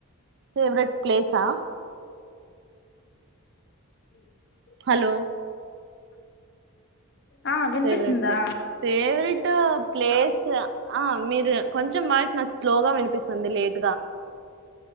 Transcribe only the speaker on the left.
ఎ
ఆ వినిపిస్తుందా